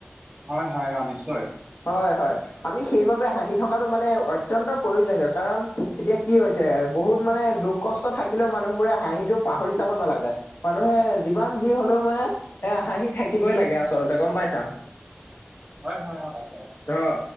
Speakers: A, on the right; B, on the left.
A: হয়, হয়, অ' নিশ্চয়।
B: হয়, হয়, আমি সেইবাবে হাঁহি থকা টো মানে অত্যন্ত প্ৰয়োজনীয়, কাৰণ এতিয়া কি হৈছে, বহুত মানে দুখ কষ্ট থাকিলেও মানুহবোৰে হাঁহিটো পাহৰি যাব নালাগে, মানুহে যিমান যি হ'লেও মানে এ, হাঁহি থাকিবই লাগে আচলতে গ'ম পাইছা।
A: হয় হয় অ তাকে
B: অ'